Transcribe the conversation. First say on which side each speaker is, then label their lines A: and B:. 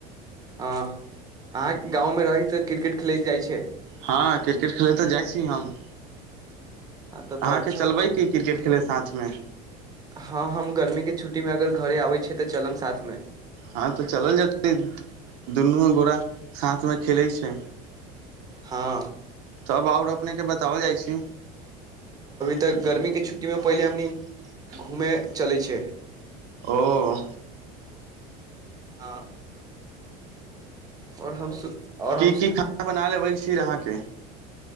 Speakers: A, on the right; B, on the right.
A: अहाँ गाँवमे रही तऽ क्रिकेट खेलैत जाइ छै
B: हँ क्रिकेट खेलैत तऽ जाइ छी हम
A: ह
B: अहाँके
A: तब तऽ अच्छा
B: चलबै
A: बात छै
B: की क्रिकेट खेले साथमे
A: हँ हम गर्मी के छुट्टी मे अगर घरे आबै छिय तऽ चलब साथमे
B: हँ तऽ चलल जेतै दुनू गोरा साथमे खेलै छै
A: हँ
B: तब आओर अपने के बताओल जाइ छी अभी
A: तऽ
B: तक
A: गर्मी
B: गमी
A: के
B: स्ित
A: छुट्टी मे पहिले
B: पहिेल
A: हमनी घूमे चले छै
B: ओ
A: आ आओर हम सु आओर हम
B: की की खाना बना लेबै छी अहाँके